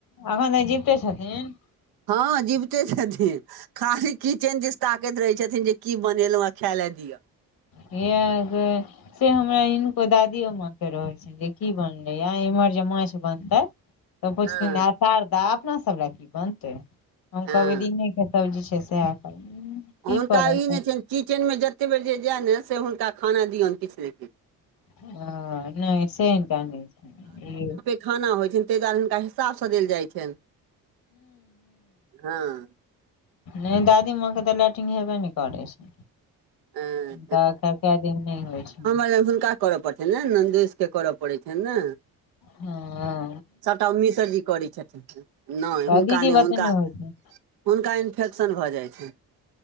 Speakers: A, on the left; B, on the right.
A: अखन तऽ जीबते छथिन?
B: हँ जीबते छथिन खाली किचेन दिस ताकैत रहै छथिन जे की बनेलहुॅं आ खाय ले दिअ।
A: यह से सेह हमरा हिनको दादियो माँ के रहे छै। जे की बनलै हा इम्हर जे माछ बनतै। तऽ पुछथिन
B: हँ
A: आ शारदा अपना सब ल की बनतै? हम
B: हँ
A: कहबै दीनेके सब्जी छै सएह करब <unintelligible>
B: आ हुनका ई
A: तऽ
B: नै छैन किचेनमे जतेक बेर जे जाय नै से हुनका खाना दियोन किछ ने किछ।
A: हां नय से हिनका नै छै, ई
B: पेखाना होइ छैन तई दुआरे हुनका हिसाब से देल जाइ छैन, हां।
A: नय दादी माँ के तऽ लैट्रिग हेबे नय करै छै।
B: हँ
A: तऽ कए-कए दिन नै होइ छै।
B: अरे हुनका। करऽ पड़ते नै नंदोईस के करऽ पड़ै छै नै।
A: हां।
B: सबटा ओ मिशर जी करै छथिन, नै हुनका
A: दीदी
B: नय
A: बतेने
B: हुनका
A: होइ छै
B: हुनका इन्फेक्शन भऽ जाइ छै।